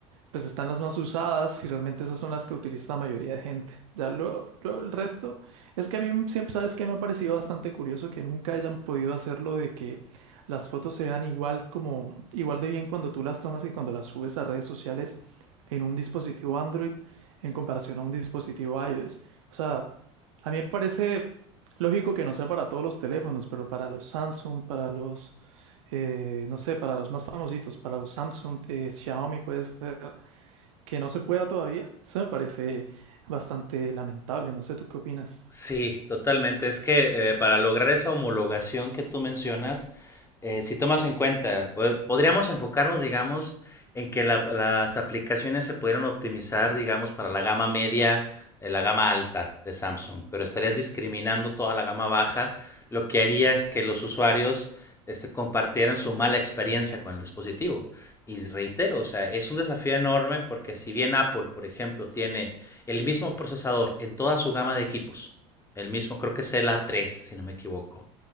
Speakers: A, on the right; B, on the left.
A: pues están las más usadas y realmente esas son las que utiliza la mayoría de gente. Ya luego, luego el resto es que a mí siempre, ¿sabes qué? Me ha parecido bastante curioso que nunca hayan podido hacerlo de que las fotos se vean igual como, igual de bien cuando tú las tomas y cuando las subes a redes sociales en un dispositivo Android en comparación a un dispositivo iOS. O sea, a mí me parece lógico que no sea para todos los teléfonos, pero para los Samsung, para los eh, no sé, para los más famositos, para los Samsung, eh, Xiaomi puede ser, que no se pueda todavía, eso me parece bastante lamentable. No sé, ¿tú qué opinas?
B: Sí, totalmente. Es que eh, para lograr esa homologación que tú mencionas, eh, si tomas en cuenta, po- podríamos enfocarnos, digamos, en que la- las aplicaciones se pudieran optimizar, digamos, para la gama media, eh, la gama alta de Samsung, pero estarías discriminando toda la gama baja, lo que haría es que los usuarios este, compartieran su mala experiencia con el dispositivo. Y reitero, o sea, es un desafío enorme porque si bien Apple, por ejemplo, tiene el mismo procesador en toda su gama de equipos, el mismo, creo que es el A3, si no me equivoco.